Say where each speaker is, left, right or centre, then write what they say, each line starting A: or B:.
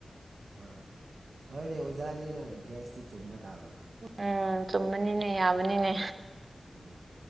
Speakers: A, on the right; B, on the right.
A: ꯑꯥ ꯍꯣꯏꯅꯦ ꯑꯣꯖꯥꯅꯤꯅ ꯒ꯭ꯌꯥꯁꯇꯤ ꯆꯨꯝꯕ ꯇꯥꯕ
B: ꯎꯝ ꯆꯨꯝꯕꯅꯤꯅꯦ ꯌꯥꯕꯅꯤꯅꯦ
A: ꯎꯝ